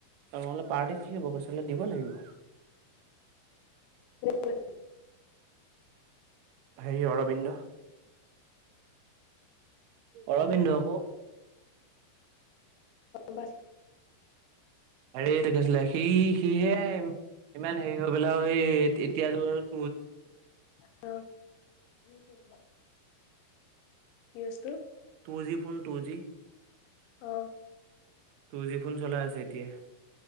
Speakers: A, on the right; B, on the left.
A: তেনে হলে পাৰ্টি কিহব কৈছলে দিব লাগিব।
B: ব <unintelligible>
A: সেৰি অৰবিন্দ অৰবিন্দ ক
B: গছ
A: হেৰি গৈছিলে সি সিহে ইমান হেৰি হৈ পেলাই স এতিয়াতো
B: অ কি বস্ত
A: two G phone two G
B: আহ
A: টু জি ফোন চলাই আছে। এতিয়া